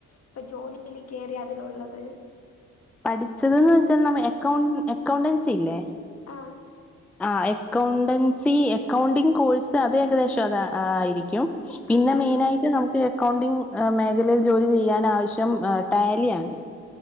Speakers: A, on the left (about 55°); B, in the centre.
A: ഇപ്പൊ ജോലിയില് കേറിയാ അതിലുള്ളത്
B: പഠിച്ചത് ന്ന് വെച്ചാൽ നമ്മ എക്കൗൺ എക്കൗണ്ടൻസി ഇല്ലേ
A: ആ
B: ആ എക്കൗണ്ടൻസി എക്കൗണ്ടിംഗ് കോഴ്സ് അത് ഏകദേശം അതാ ആയിരിക്കും പിന്നെ
A: ആഹ് ആഹ്
B: മെയിനായിട്ട് നമുക്ക് അക്കൗണ്ടിംഗ് മേഖലയിൽ ജോലി ചെയ്യാൻ ആവശ്യം ടാലി ആണ്